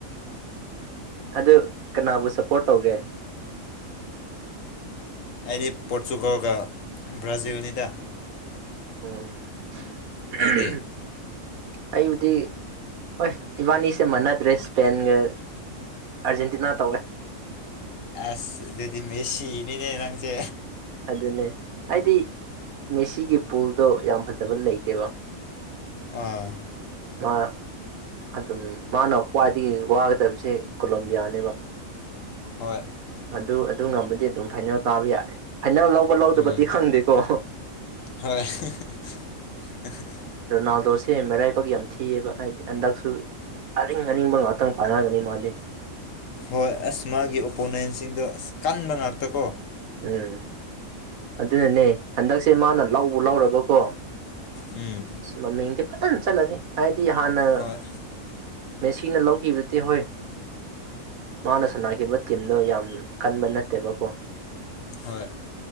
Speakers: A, on the right (about 85°); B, on the left (about 70°).
A: ꯑꯗꯨ ꯀꯅꯥꯕꯨ ꯁꯞꯄꯣꯔꯠ ꯇꯧꯒꯦ
B: ꯑꯩꯗꯤ ꯄꯣꯔꯇꯨꯒꯜꯒ ꯕ꯭ꯔꯥꯖꯤꯜꯅꯤꯗ
A: <unintelligible>
B: ꯅꯪꯗꯤ
A: ꯑꯩꯕꯨꯗꯤ ꯍꯣꯏ ꯏꯕꯥꯅꯤꯁꯦ ꯃꯅꯗ꯭ꯔꯦ ꯏꯁꯄꯦꯟꯒ ꯑꯥꯔꯖꯦꯟꯇꯤꯅꯥ ꯇꯧꯋꯦ
B: ꯑꯁ ꯑꯗꯨꯗꯤ ꯃꯦꯁꯤꯅꯤꯅꯦ ꯅꯪꯁꯦ
A: ꯑꯗꯨꯅꯦ ꯍꯥꯏꯗꯤ ꯃꯦꯁꯤꯒꯤ ꯄꯨꯜꯗꯣ ꯌꯥꯝ ꯐꯖꯕ ꯂꯩꯇꯦꯕ
B: ꯑꯥ
A: ꯃꯥ ꯑꯗꯨꯝ ꯃꯥꯅ ꯈ꯭ꯋꯥꯏꯗꯒꯤ ꯋꯥꯒꯗꯕꯁꯦ ꯀꯣꯂꯣꯕꯤꯌꯥꯅꯦꯕ
B: ꯍꯣꯏ
A: ꯑꯗꯨ ꯑꯗꯨ ꯉꯝꯃꯗꯤ ꯑꯗꯨꯝ ꯐꯥꯏꯅꯦꯜ ꯀꯥꯕ ꯌꯥꯔꯦ ꯐꯥꯏꯅꯦꯜ ꯂꯧꯕ ꯂꯧꯗꯕꯗꯤ
B: ꯎꯝ
A: ꯈꯪꯗꯦꯀꯣ
B: ꯍꯣꯏ <unintelligible>
A: ꯔꯣꯅꯥꯜꯗꯣꯁꯦ ꯃꯔꯥꯏꯕꯛ ꯌꯥꯝ ꯊꯤꯑꯕ ꯍꯥꯏꯗꯤ ꯍꯟꯗꯛꯁꯨ ꯑꯔꯤꯡ ꯑꯔꯤꯡꯕ ꯉꯥꯛꯇꯪ ꯄꯥꯟꯅꯒꯅꯤ ꯃꯥꯗꯤ
B: ꯍꯣꯏ ꯑꯁ ꯃꯥꯒꯤ ꯑꯣꯄꯣꯅꯦꯟꯁꯤꯡꯗꯣ ꯑꯁ ꯀꯟꯕ ꯉꯥꯛꯇ ꯀꯣ
A: ꯎꯝ ꯑꯗꯨꯅꯅꯦ ꯍꯟꯗꯛꯁꯦ ꯃꯥꯅ ꯂꯧꯕ ꯂꯧꯔꯕꯀꯣ
B: ꯎꯝ
A: ꯃꯃꯤꯡꯗꯤ ꯐꯖꯅ ꯆꯠꯂꯅꯤ ꯍꯥꯏꯗꯤ ꯍꯥꯟꯅ
B: ꯍꯣꯏ
A: ꯃꯦꯁꯤꯅ ꯂꯧꯈꯤꯕꯗꯨꯗꯤ ꯍꯣꯏ ꯃꯥꯅ ꯁꯥꯟꯅꯈꯤꯕ ꯇꯤꯝꯗꯣ ꯌꯥꯝ ꯀꯟꯕ ꯅꯠꯇꯦꯕꯀꯣ
B: ꯍꯣꯏ